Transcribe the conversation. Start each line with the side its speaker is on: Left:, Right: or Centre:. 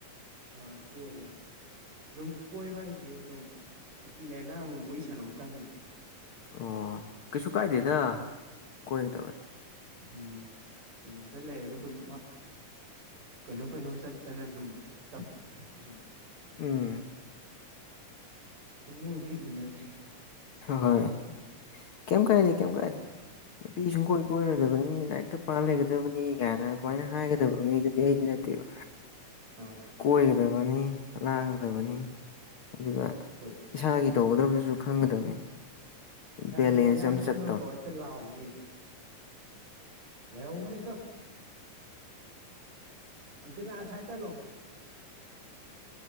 Right: ꯑ ꯀꯣꯢꯌꯥ ꯑꯗꯨꯝ ꯀꯣꯏꯕ ꯍꯥꯏꯁꯦ ꯑꯗꯨꯝ ꯁꯨꯇꯤ ꯂꯩꯔꯒ ꯑꯃꯨꯛ ꯋꯥꯔꯤ ꯁꯥꯟꯅꯕ ꯇꯪꯅꯦ
Left: ꯑꯣ ꯀꯩꯁꯨ ꯀꯥꯏꯗꯦꯗ ꯀꯣꯏꯒꯗꯕꯅꯤ
Right: ꯎꯝ ꯀꯩꯅꯣꯗ ꯂꯩꯔꯒ ꯑꯗꯨꯝ ꯀꯩꯅꯣ ꯀꯩꯅꯣ ꯆꯠꯇꯅ ꯑꯗꯨꯝ ꯇꯞꯅꯁꯨꯝ
Left: ꯎꯝ
Right: ꯁꯨꯡꯎꯗꯤ ꯎꯅꯗ꯭ꯔꯤ
Left: ꯍꯣꯏ ꯀꯩꯝ ꯀꯥꯏꯗꯦ ꯀꯩꯝ ꯀꯥꯏꯗꯦ ꯅꯨꯄꯤ
Right: ꯎꯝ
Left: ꯁꯨꯝ ꯀꯣꯢ ꯀꯣꯢꯔꯣꯢ ꯗꯕꯅꯤ ꯂꯥꯏꯔꯤꯛꯇ ꯄꯥ ꯂꯩꯒꯗꯕꯅꯤ ꯀꯥꯏꯅ ꯑꯗꯨꯃꯥꯏꯅ ꯍꯥꯏꯒꯗꯕ ꯃꯤꯗꯨꯗꯤ ꯑꯩꯗꯤ ꯅꯠꯇꯦꯕ
Right: ꯑꯥ
Left: ꯀꯣꯏꯒꯗꯕꯅꯤ ꯂꯥꯡꯒꯗꯕꯅꯤ ꯑꯗꯨꯒ
Right: ꯍꯣꯏ
Left: ꯏꯁꯥꯒꯤ ꯇꯧꯒꯗꯕꯗꯨꯁꯨ ꯈꯪꯒꯗꯕꯅꯤ
Right: ꯌꯥꯝ
Left: ꯕꯦꯂꯦꯟꯁ
Right: ꯌꯥꯝ
Left: ꯑꯝꯇ
Right: ꯃꯤ
Left: ꯆꯠꯇꯕꯅꯤ
Right: ꯑꯃ ꯀꯧꯔꯛꯇ ꯂꯥꯎꯒꯤꯒꯦ ꯂꯩꯍꯧꯕꯅꯦ ꯆꯠꯂꯣ ꯑꯃꯇ ꯑꯁꯥꯢ ꯆꯠꯂꯣ